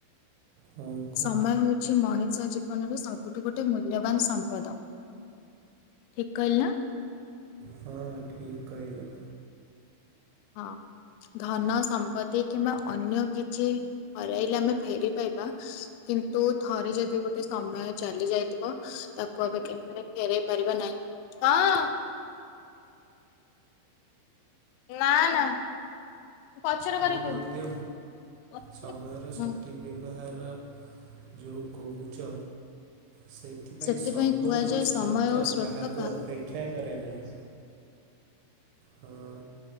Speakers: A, on the right; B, on the left.
A: ହଁ କୁହ।
B: ସମୟ ହଉ ଚି ମଣିଷ ଜୀବନର ସବୁଠୁ ଗୋଟେ ମୂଲ୍ୟବାନ ସମ୍ପଦ। ଠିକ କହିଲି ନା?
A: ହଁ, ଠିକ କହିଲ।
B: ହଁ, ଧନ, ସମ୍ ପତି କିମ୍ବା ଅନ୍ୟ କିଛି ହରାଇଲେ ଆମେ ଫେରି ପାଇବା। କି ନ୍ତୁ ଥରେ ଯଦି ଗୋଟେ ସମୟ ଚାଲି ଯାଇଥିବ, ତାକୁ ଆମେ କେବେ ଫେରେଇ ପାରିବା ନାହିଁ। ହଁ। ନା ନା। ମୁଁ ପଛରେ କରିକି
A: ମୁଁ ମଧ୍ୟ
B: କହିବି।
A: ସମୟର
B: ହୁଁ
A: ସଠିକ୍ ବ୍ୟବହାର ଯୋଉ କହୁଛ, ସେ ଥିପାଇଁ
B: ସେଥିପାଇଁ
A: ସମୟ
B: କୁହାଯାଏ
A: ଓ ସ୍ରୋତ
B: ସମୟ ଓ ସ୍ରୋତ
A: କାହାକୁ ଅପେକ୍ଷା କରେ ନାହିଁ। ହଁ।